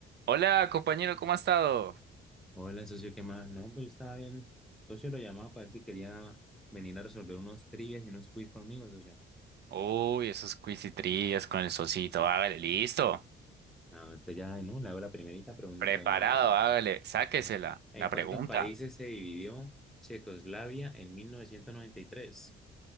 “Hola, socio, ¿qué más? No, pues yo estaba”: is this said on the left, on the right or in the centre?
Centre